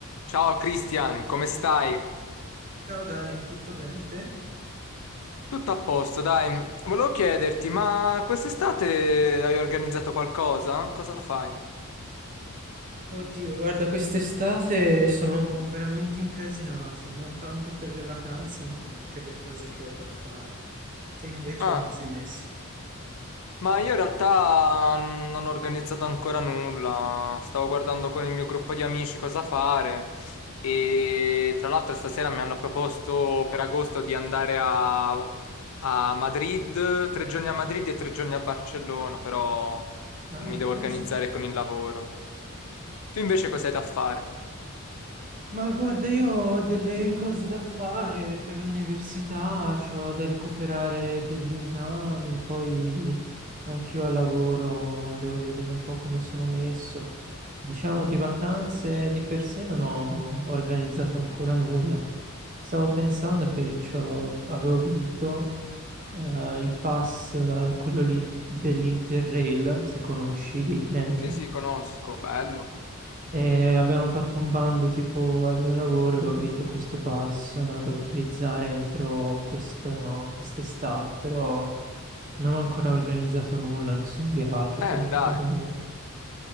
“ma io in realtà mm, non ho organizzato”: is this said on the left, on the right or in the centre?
Left